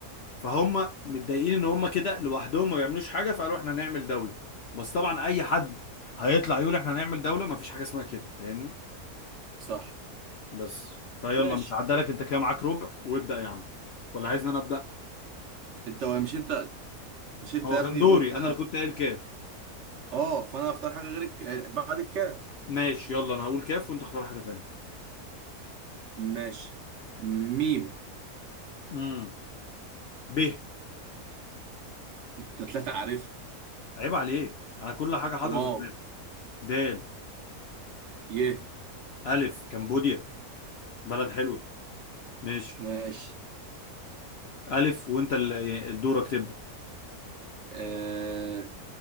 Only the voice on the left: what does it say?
فهم متضايقين ان هم كده لوحدهم ما بيعملوش حاجه فقالوا احنا هنعمل دوله بس طبعا اي حد هيطلع يقول احنا هنعمل دوله ما فيش حاجه اسمها كده فاهمني
بس فيلا
مش عدالك انت كده معاك ربع وابدا يا عم ولا عايزني انا ابدا
هو
كان
دوري
انا اللي كنت قايل كاف
ماشي يلا انا هقول كاف وانت اختار حاجه تانية
امم ب
عيب عليك انا كل حاجه حاضره
في دماغي دال
الف كمبوديا بلد حلوه ماشي
الف وانت ال- دورك تبدا